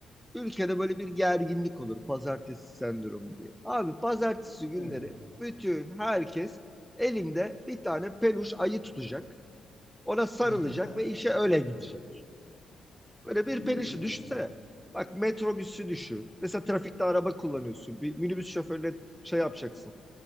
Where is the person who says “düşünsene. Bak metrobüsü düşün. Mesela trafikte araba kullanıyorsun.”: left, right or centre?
Centre